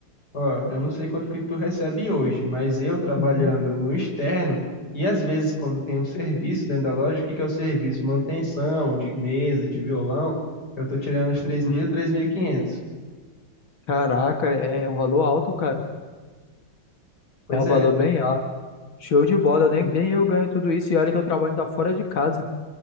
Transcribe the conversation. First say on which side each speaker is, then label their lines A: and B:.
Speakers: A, on the left; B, on the left.
A: Ó, eu não sei quanto que tu recebe hoje, mas eu trabalhando
B: Uhum.
A: no externo e às vezes quando tem um serviço dentro da loja, o que que é o serviço? De manutenção, de mesa, de violão, eu tô tirando uns três
B: Uhum.
A: mil, três mil e quinhentos.
B: Caraca, é é um valor alto, cara.
A: Pois
B: É um
A: é.
B: valor bem alto. Show de bola, eu nem,
A: Eu-
B: nem eu ganho tudo isso e olha que eu trabalho da fora de casa.